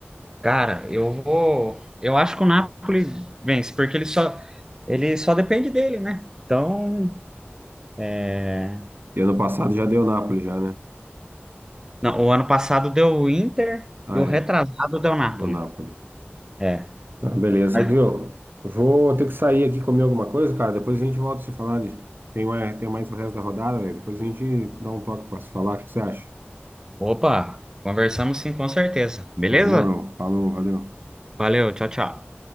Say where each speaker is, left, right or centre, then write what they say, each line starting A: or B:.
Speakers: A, on the right (about 15°); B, on the right (about 55°).
A: Cara, eu vou. Eu acho que o Napoli vence, porque ele só, ele só depende dele, né? Então, é,
B: E ano passado já deu Napoli já, né?
A: Não, o ano passado deu o Inter
B: Ah,
A: e o retrasado
B: é.
A: deu o Napoli.
B: Deu Napoli.
A: É.
B: Ah, beleza,
A: Mas-
B: viu? Vou ter que sair aqui comer alguma coisa, cara. Depois a gente volta a se falar de... Tem mais, tem mais o resto da rodada, velho. Depois a gente dá um toque pra se falar. O que você acha?
A: Opa, conversamos sim, com certeza. Beleza?
B: Não demorou. Falou, valeu.
A: Valeu, tchau, tchau.